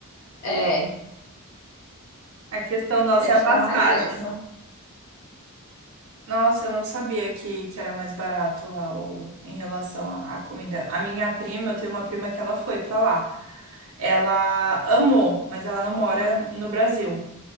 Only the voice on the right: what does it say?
a questão nossa
é a passagem.
Nossa, eu não sabia que, que era mais barato lá o, em relação à à comida. A minha prima, eu tenho uma prima que ela foi pra lá. Ela amou, mas ela não mora no Brasil.